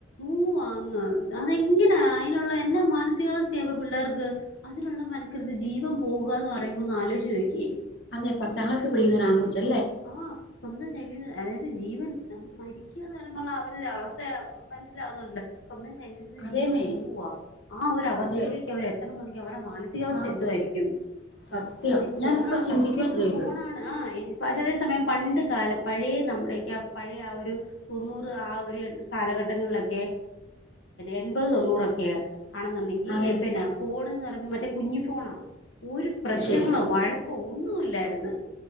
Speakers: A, on the left; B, on the left.
A: ഓ വാങ്ങാഅതെങ്ങനെ അയിനുള്ള എന്നാ മാനസികാവസ്ഥയ ഇപ്പൊ പിള്ളേർക്ക് അതി ഉള്ളമനക്കൃത് ജീവൻ പോകുകന്ന് പറുമ്പോ ഒന്ന്ആലോയ്ച്ച് നോക്കേ
B: അതെ പത്താം ക്ലാസ് പിഠിക്കുന്ന ഒരാൺ കൊച്ച്
A: ആ സ്വന്തം ശരീരം അതായത് ജീവൻ നമ്മെ മരിക്യാന്ന് പറയുമ്പോ അവരുടെ അവസ്ഥ മനസ്സിലാവുന്നുണ്ടല്ലോ സ്വന്തം ശരീരത്തിന്
B: അതേന്നെ
A: ജീവൻ പോവാ ആ ഒരു അവസ്ഥയിലേക്ക്
B: അതെ
A: അവർ എത്തണന്നുണ്ടങ്കിൽ അവ മാനസികാവസ്ഥ
B: ആഹ്
A: എന്തു വയിരിക്കും
B: സത്യം
A: അത് ഫോണാണ്ന്ആ
B: ഞാനപ്പോ ചിന്തിക്കുകയും
A: സത്യ ത്തിലുംഫോണാണ്
B: ചെയ്തു
A: പക്ഷ അതേ സമയം പണ്ട് കാല പഴയ നമ്മഡേ എനിക്ക് ആപഴയ ആ ഒരു തൊണ്ണൂറ് ആ ഒരു കാലഘട്ടങ്ങളിലൊക്കെ എൺപത് തൊണ്ണൂറൊക്കെയാ ആണെന്നുണ്ടെങ്കി
B: അതെന്നെ
A: പിന്നെ ഫോൺന്ന് പറയുമ്പോ മറ്റേ കുഞ്ഞു ഫോണാ ഒരു പ്രശ്നങ്ങളോ
B: ശരിക്കും
A: വഴക്കോ ഒന്നു ല്ലായിരുന്ന്